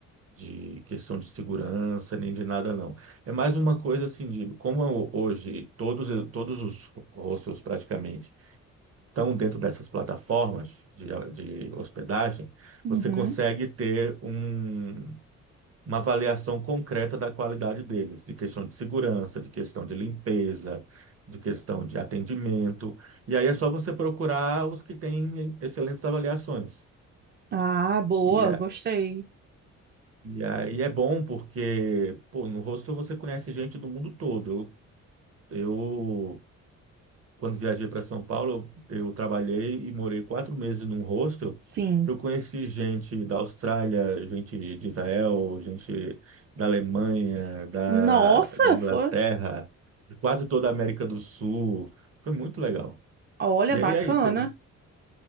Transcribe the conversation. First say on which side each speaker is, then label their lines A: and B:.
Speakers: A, on the right; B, on the right.
A: de questão de segurança, nem de nada, não. É mais uma coisa, assim, de como eu- hoje todos, todos os hostels praticamente estão dentro dessas plataformas de, de hospedagem,
B: Uhum.
A: você consegue ter um uma avaliação concreta da qualidade deles, de questão de segurança, de questão de limpeza, de questão de atendimento. E aí é só você procurar os que têm excelentes avaliações.
B: Ah, boa,
A: E, é-
B: gostei.
A: e aí é bom porque, pô, no hostel você conhece gente do mundo todo. Eu, eu quando viajei para São Paulo, eu trabalhei e morei quatro meses num hostel
B: Sim.
A: que eu conheci gente da Austrália, gente de Israel, gente da Alemanha, da,
B: Nossa,
A: da Inglaterra,
B: foi.
A: de quase toda a América do Sul. Foi muito legal.
B: Olha,
A: E
B: bacana.
A: aí é isso,